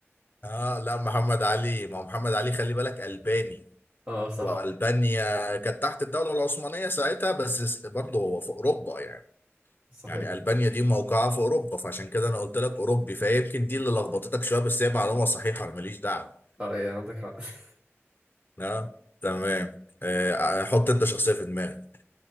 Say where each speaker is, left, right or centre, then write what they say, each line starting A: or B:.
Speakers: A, on the left (about 45°); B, on the right (about 30°).
A: اه لا محمد علي ما هو محمد علي خلي بالك الباني
B: اه صح
A: والبانيا كانت تحت الدوله العثمانيه ساعتها بس برضه هو في اوروبا يعني
B: صحيح
A: يعني ألبانيا دي موقعها في أوروبا فعشان كده أنا قلت لك أوروبي فيمكن دي اللي لخبطتك شوية بس هي معلومة صحيحة أنا ماليش دعوة
B: اه يعني عندك حق <laughs>
A: أه تمام آه، حط أنت شخصية في دماغك